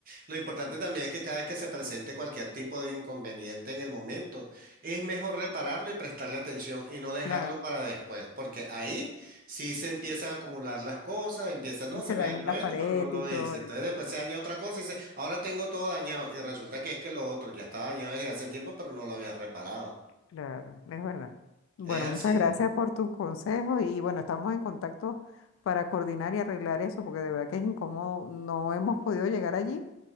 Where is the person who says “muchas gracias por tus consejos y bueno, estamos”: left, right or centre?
Left